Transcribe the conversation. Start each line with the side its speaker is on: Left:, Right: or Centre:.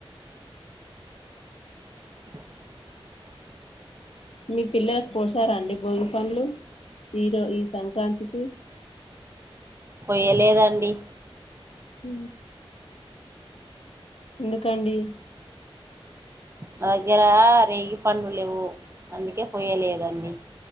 Right: <unintelligible>
Left: మీ పిల్లలకు పోశారంండి భోగి పనులు ఈరో ఈ సంక్రాంతికి
Right: పయ్యలేదాండి
Left: హ ఎందుకండి
Right: మా దగ్గర రేగి పండు లేవు అందుకే పోయలేదండి